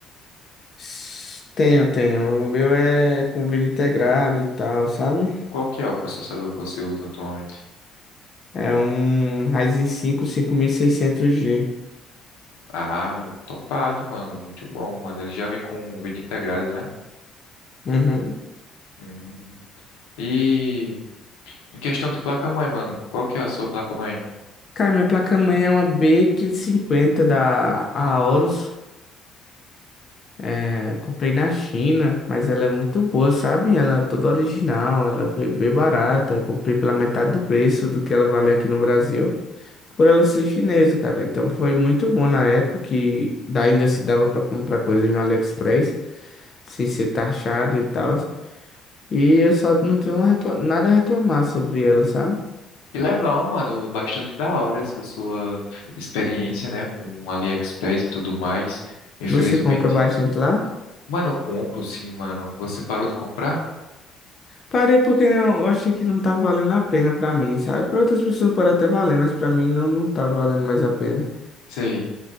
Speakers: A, on the left; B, on the left.
A: S- Tenho, tenho. O meu é com vídeo integrado e tal, sabe?
B: Qual que é o processador que você usa atualmente?
A: É um Ryzen 5 seiscentos g
B: Ah, topado, mano. Muito bom, mano. Ele já vem com um vídeo integrado, né?
A: Uhum.
B: Hum. E em questão de placa-mãe, mano, qual que é a sua placa-mãe?
A: Cara, minha placa-mãe é uma b quinhentos e cinquenta da Aorus. É, comprei na China, mas ela é muito boa, sabe? Ela é toda original, ela foi bem barata. Comprei pela metade do preço do que ela vale aqui no Brasil. Por ela ser chinesa, cara. Então foi muito bom na época que dá- ainda se dava pra comprar coisas no AliExpress, sem ser taxado e tal. E eu só não tenho uma recla- nada a reclamar sobre ela, sabe?
B: Que legal, mano. Bastante da hora essa sua experiência, né? Com AliExpress e tudo mais. Infelizmente.
A: Você compra bastante lá?
B: Mano, eu compro sim, mano. Você parou de comprar?
A: Parei porque eu achei que não tava valendo a pena pra mim, sabe? Pra outras pessoas pode até valer, mas pra mim não, não tá valendo mais a pena.
B: Sei.